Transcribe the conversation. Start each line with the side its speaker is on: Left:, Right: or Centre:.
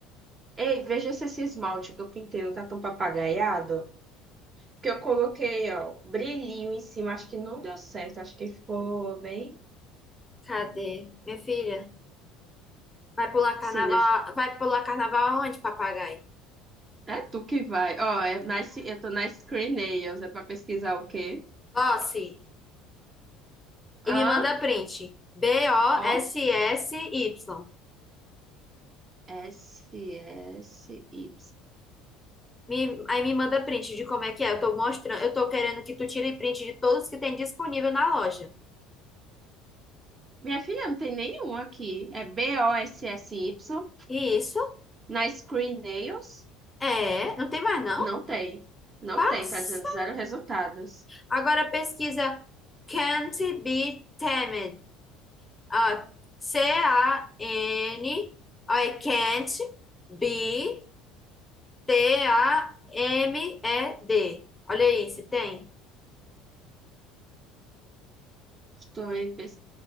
Right: Ei, veja se esse esmalte que eu pintei não tá tão papagaiado. Que eu coloquei, ó, brilhinho em cima, acho que não deu certo, acho que ficou bem.
Left: Cadê? Minha filha, vai pular
Right: Sim,
Left: carnaval,
Right: deixa-
Left: vai pular carnaval aonde, papagaio?
Right: é tu que vai. Ó, é nice, eu tô na Ice Cream Nails, é pra pesquisar o quê?
Left: Bosse,
Right: Ah,
Left: e me manda print. B-O-S-S-Y.
Right: off, S, S, Y.
Left: Me, aí me manda print de como é que é. Eu tô mostrando, eu tô querendo que tu tire print de todos que tem disponível na loja.
Right: Minha filha, não tem nenhum aqui. É B-O-S-S-Y.
Left: E isso?
Right: Na Screen Nails,
Left: É, não tem mais não?
Right: não tem. Não
Left: Nossa.
Right: tem, tá dizendo zero resultados.
Left: Agora pesquisa Can't be tamed. Ó, C-A-N, ó, é can't be T-A-M-E-D. Olha aí, se tem.
Right: Estou aí pes...